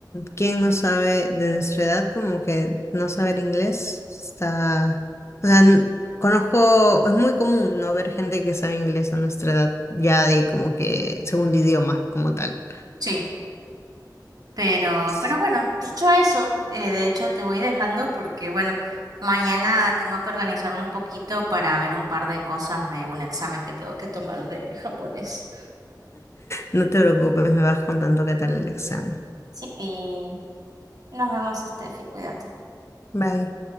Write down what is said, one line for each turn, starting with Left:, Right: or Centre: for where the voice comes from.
Left: ¿Quién no sabe de nuestra edad como que no saber inglés está... O sea, n- conozco, es muy común no ver gente que sabe inglés a nuestra edad, ya de como que segundo idioma como tal.
Right: Sí. Pero,
Left: Sí.
Right: pero bueno, dicho eso, eh, de hecho te voy dejando porque, bueno, mañana tengo que organizarme un poquito para ver un par de cosas de un examen que tengo que tomar de japonés.
Left: No te preocupes, me vas contando qué tal el examen.
Right: Sí, pi. Nos vemos, Steffi, cuídate.
Left: Bye.